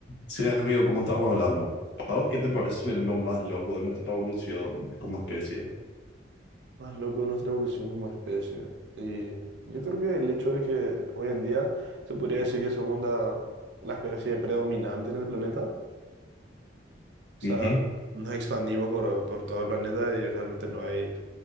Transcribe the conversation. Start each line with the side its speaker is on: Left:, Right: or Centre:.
Left: Sí, amigo, como estábamos hablando, ¿a vos qué te parece lo más loco de nuestra evolución como especie?
Right: más loco de nuestra evolución como especie. Y yo creo que el hecho de que hoy en día se podría decir que somos la, la especie predominante en el planeta, o sea,
Left: Ujú.
Right: nos expandimos por, por todo el planeta y realmente no hay,